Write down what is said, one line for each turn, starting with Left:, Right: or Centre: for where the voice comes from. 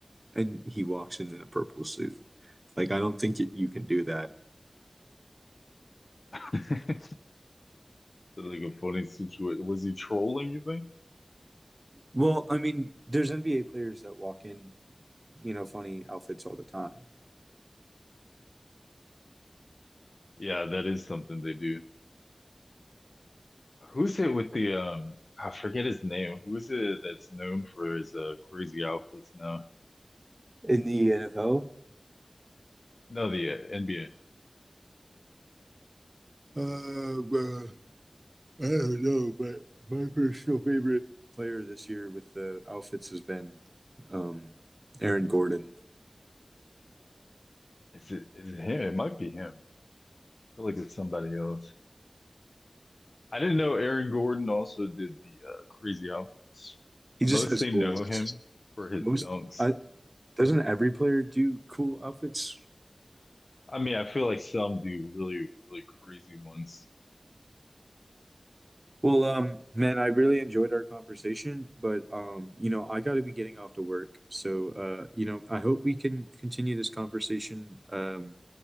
Right: and he walks in in a purple suit. Like I don't think it, you can do that.
Left: that. <laughs> Like a funny situation. Was he trolling, you think?
Right: Well, I mean, there's NBA players that walk in, you know, funny outfits all the time.
Left: Yeah, that is something they do. Who's it with the um I forget his name. Who is it that's known for his uh crazy outfits now?
Right: In the NFL,
Left: No, the uh, NBA.
Right: Uh, well, I don't know, but my personal favorite. player this year with the outfits has been um, Aaron Gordon.
Left: Is it is it him? It might be him. I feel like it's somebody else. I didn't know Aaron Gordon also did the uh, crazy outfits.
Right: He
Left: I
Right: just
Left: mostly
Right: has cool
Left: know
Right: ones.
Left: him for his
Right: Most
Left: dunks.
Right: I, doesn't every player do cool outfits?
Left: I mean, I feel like some do really, really crazy ones.
Right: Well, um, man, I really enjoyed our conversation, but um, you know, I got to be getting off to work. So, uh, you know, I hope we can continue this conversation um